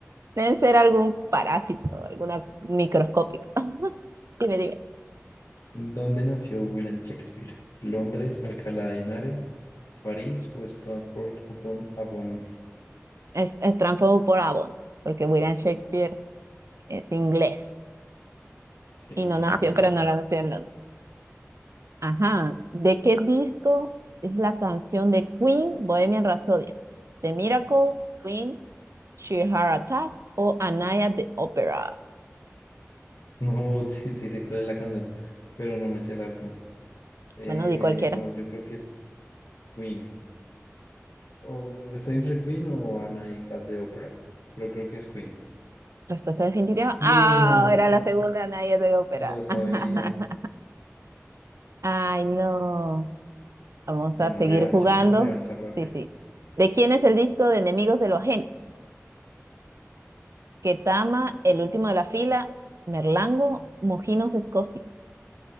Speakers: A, on the right (about 65°); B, on the left (about 80°).
A: Deben ser algún parásito, alguna microscópico. <laughs> Dime, dime.
B: ¿Dónde nació William Shakespeare? ¿Londres, Alcalá de Henares, París o Stratford upon Avon?
A: Es, es Stratford por Avon, porque William Shakespeare es inglés
B: Sí,
A: y no nació,
B: muy bien.
A: pero no nació en Londres. Ajá. ¿De qué disco es la canción de Queen, Bohemian Rhapsody? The Miracle, Queen, Sheer Heart Attack o Anaya de Opera.
B: No, <laughs> sí, sí sé cuál es la canción, pero no me sé el álbum. Eh,
A: Bueno, di cualquiera.
B: no, yo creo que es Queen. O, estoy entre Queen o Anadicta de Opera, pero creo que es Queen.
A: Respuesta definitiva.
B: No,
A: Ah, era la segunda Anaya de Opera.
B: lo sabía.
A: <laughs> Ay, no. Vamos
B: Bueno,
A: a seguir
B: revancha,
A: jugando.
B: una revancha rápida.
A: Sí, sí. ¿De quién es el disco de Enemigos de lo Ajeno? Ketama, El Último de la Fila, Merlango, Mojinos Escocios.